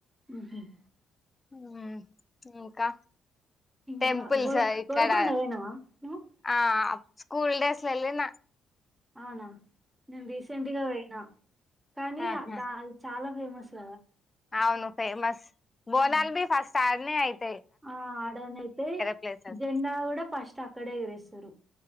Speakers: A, on the right (about 15°); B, on the left (about 20°).
A: ఉహా <inaudible>
B: హ్మ్మ్ ఇంకా
A: ఇంకా
B: టెంపుల్స్
A: గోల్
B: ఇక్కడ
A: గోల్కొండ పోయినవా నువ్
B: ఆ స్కూల్ డేస్లాల ఎల్లిన
A: ఆనా నేను రీసెంట్ గా పోయినా కానీ
B: ఆహా
A: దా అది చాలా ఫేమస్
B: అవును ఫేమస్ బోనాల్
A: ఆ
B: బ ఫాస్ట్ ఆ అ అయితే
A: ఆ ఆడనయితే
B: ప్లేసెస్
A: జెండా కూడా ఫస్ట్ అక్కడే ఎరేస్తారు